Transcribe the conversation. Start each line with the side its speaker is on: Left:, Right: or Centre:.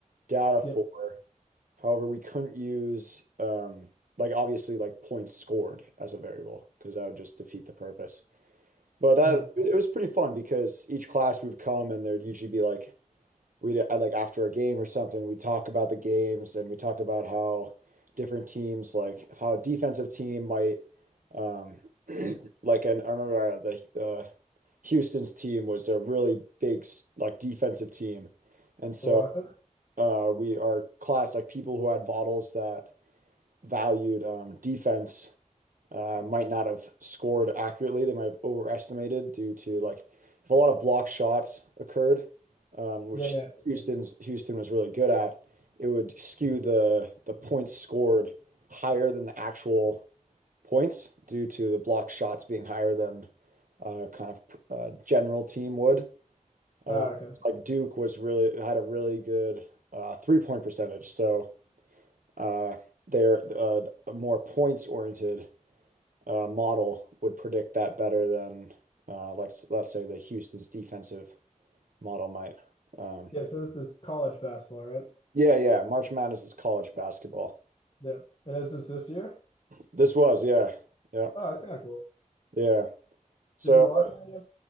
Right: data for
Left: Yeah.
Right: However, we couldn't use um, like obviously like points scored as a variable because that would just defeat the purpose. But that
Left: Mhm.
Right: it was pretty fun because each class would come and there'd usually be like we'd uh, like after a game or something, we'd talk about the games and we talk about how different teams like how a defensive team might um <clears throat> like and I remember uh, the uh, Houston's team was a really big like defensive team. And so
Left: The Rocket.
Right: uh we our class like people who had models that valued um, defense uh, might not have scored accurately. They might have overestimated due to like if a lot of block shots occurred, um, which
Left: Yeah, yeah.
Right: Houston's Houston was really good at, it would skew the the points scored higher than the actual points due to the block shots being higher than uh, kind of uh, general team would. Uh,
Left: Oh, okay.
Right: Like Duke was really had a really good uh, three-point percentage. So uh, they're uh, a more points-oriented uh, model would predict that better than uh, like let's say the Houston's defensive model might. Um,
Left: Yeah, so this is college basketball, right?
Right: yeah, yeah. March Madness is college basketball.
Left: Yeah. And is this this year?
Right: This was, yeah, yeah,
Left: Oh, that's kind of cool.
Right: yeah. So
Left: Did you watch any of,